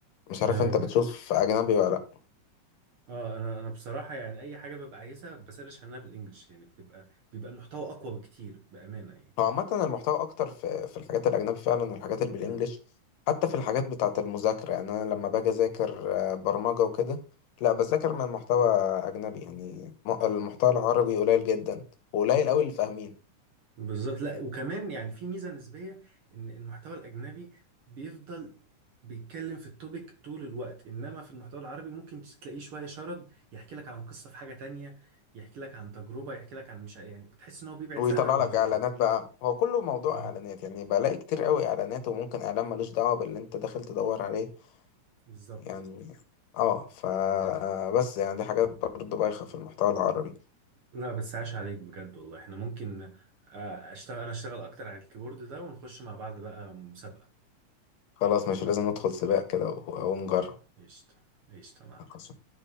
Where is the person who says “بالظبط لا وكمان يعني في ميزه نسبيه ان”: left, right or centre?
Right